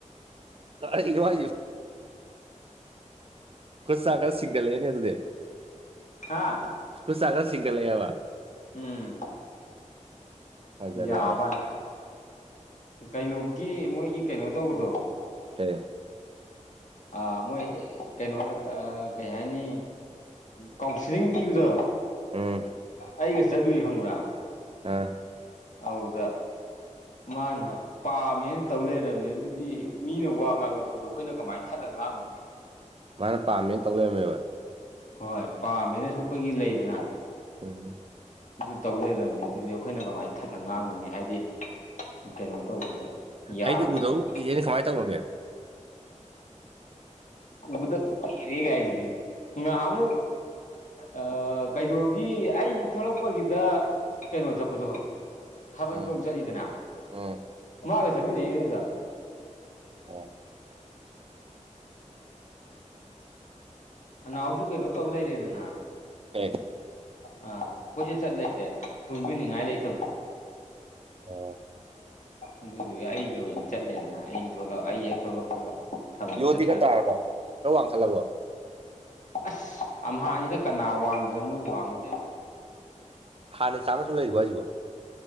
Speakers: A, on the right; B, on the left.
A: ꯀ ꯀ ꯈꯨ ꯁꯥ ꯈꯒ ꯂꯩꯅꯦ ꯑꯗꯨꯗ
B: ꯍꯥ
A: ꯀꯣꯏ ꯁꯥꯒꯔꯁꯤꯡꯒ ꯂꯩ ꯌꯥꯕ
B: ꯎꯝ
A: ꯐꯖꯔꯦꯅꯦ
B: ꯌꯥꯕ ꯀꯩꯅꯣꯒꯤ ꯃꯣꯏꯒꯤ ꯀꯩꯅꯣ ꯇꯧꯕꯗꯣ
A: ꯍ
B: ꯑ ꯃꯣꯏ ꯀꯩꯅꯣ ꯀꯩ ꯍꯥꯏꯅꯤ ꯀꯥꯎꯟꯁꯤꯂꯤꯡ ꯄꯤꯕꯗ
A: ꯎꯝ
B: ꯑꯩꯒ ꯆꯠꯂꯨꯏ ꯈꯪꯕ꯭ꯔꯥ
A: ꯑꯥ
B: ꯍꯥꯎꯗ ꯃꯥꯅ ꯄꯥꯝꯃꯦꯅ ꯇꯧ ꯂꯩꯔꯝꯃꯦ ꯑꯗꯨꯗꯤ ꯃꯤꯅ ꯋꯥ ꯉꯥꯡꯉꯛꯄꯗꯣ ꯑꯩꯈꯣꯏꯅ ꯀꯃꯥꯏꯅ ꯊꯠꯂ ꯉꯥꯡꯅꯤ
A: ꯃꯥꯅ ꯄꯥꯝꯃꯦꯅ ꯇꯧ ꯂꯩꯔꯝꯃꯦꯕ
B: ꯍꯣꯏ ꯄꯥꯝꯃꯤꯅꯁꯨ ꯑꯩꯈꯣꯏꯒꯤ ꯂꯩꯗꯅ
A: ꯎꯝ
B: ꯑꯗꯨ ꯇꯧ ꯂꯩꯗꯕꯅꯤ ꯑꯗꯨꯗꯤ ꯑꯩꯈꯣꯏꯅ ꯀꯃꯥꯏꯅ ꯊꯠꯂ ꯉꯥꯡꯕꯅꯤ ꯍꯥꯏꯗꯤ ꯀꯩꯅꯣ ꯇꯧꯕꯗ ꯌꯥꯗꯗꯅ
A: ꯑꯩꯗꯤ ꯎꯗꯧ ꯎꯗꯦꯩꯅ ꯀꯃꯥꯏꯅ ꯇꯧꯔꯒꯦ
B: ꯎꯗ ꯎꯔꯦꯒꯥꯏꯁꯤꯗꯤ ꯉꯃꯨ ꯑ ꯀꯩꯅꯣꯒꯤ ꯑꯩ ꯊꯣꯛꯂꯛꯄꯒꯤꯗ ꯀꯩꯅꯣ ꯆꯠꯄꯗꯣꯣ ꯊꯥꯕꯜ
A: ꯎꯝ
B: ꯆꯣꯡ ꯆꯠꯂꯤꯗꯅ
A: ꯎꯝ
B: ꯃꯥꯒ ꯆꯠꯃꯤꯟꯅꯩꯌꯦ ꯑꯗꯨꯗ
A: ꯎꯝ
B: ꯑ ꯍꯧꯁꯨ ꯀꯩꯅꯣ ꯇꯧ ꯂꯩꯔꯦꯗꯅ
A: ꯇ
B: ꯑꯥ ꯀꯈꯣꯏꯁꯦ ꯆꯠꯂꯔꯦ ꯄꯨꯟꯕꯤꯅꯤꯡꯉꯥꯏ ꯂꯩꯇꯕꯗꯣ
A: ꯑ
B: ꯑꯗꯨꯗꯨꯒꯤ ꯑꯩꯒꯤ ꯑꯣꯏꯅ ꯆꯠꯂꯦꯗꯅ ꯑꯩꯂ ꯑꯩ ꯍꯦꯛ ꯊꯣꯛꯂꯛꯄꯒ ꯊꯥꯕꯜ
A: ꯌꯣꯠꯇꯤꯒ
B: ꯆꯠꯄꯩꯗꯣ
A: ꯇꯥꯔꯕꯣ ꯅꯣꯏ ꯋꯥꯡꯈꯠꯂꯕꯣ
B: ꯑꯁ ꯑꯃ ꯑꯅꯤꯗ ꯀꯅꯥ ꯋꯥꯡꯗꯅ ꯃꯣꯏ ꯋꯥꯡꯉꯨꯗꯣꯏꯅꯣ
A: ꯍꯥꯟꯅꯩ ꯆꯥꯡꯗ ꯊꯨꯝ ꯂꯩꯔꯤꯕꯣ ꯍꯥꯢꯖꯤꯕꯣ